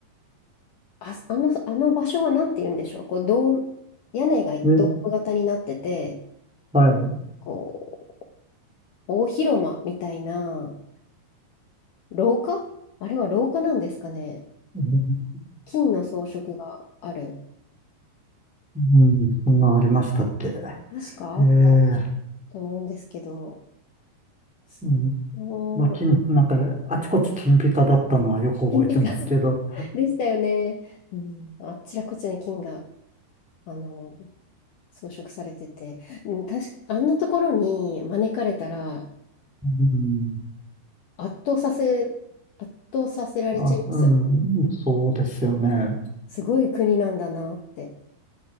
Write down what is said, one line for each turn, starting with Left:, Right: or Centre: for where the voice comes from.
Left: あ、あの、あの場所はなんて言うんでしょう、こう、ドーム、屋根がドーム型になってて、
Centre: で、はい。
Left: こう、大広間みたいな、廊下あれは廊下なんですかね。
Centre: うん、
Left: 金の装飾がある。
Centre: うんそんなんありましたっけ。
Left: 確かあった
Centre: ええ、
Left: と思うんですけど、そう。
Centre: うん、
Left: もう、
Centre: まあ、金、なんか、あちこち金ピカだったのはよく覚えてますけど、
Left: 金ピカ。でしたよね。うん、あちらこちらに金が、あの、装飾されてて、うん、確か、あんなところに招かれたら、
Centre: うん、
Left: 圧倒させ、圧倒させられちゃいますよね。
Centre: あ、うん、そうですよね。
Left: すごい国なんだなって、